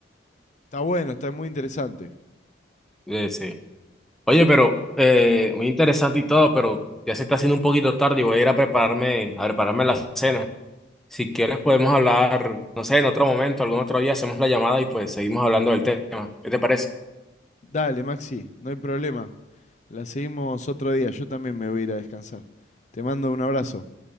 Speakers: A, on the left; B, in the centre.
A: Está bueno, está muy interesante.
B: Eh, sí. Oye, pero, eh, muy interesante y todo, pero ya se está haciendo un poquito tarde y voy a ir a prepararme, a prepararme la cena. Si quieres podemos hablar, no sé, en otro momento, algún otro día hacemos la llamada y pues seguimos hablando del tema. ¿Qué te parece?
A: Dale, Maxi, no hay problema. La seguimos otro día. Yo también me voy a ir a descansar. Te mando un abrazo.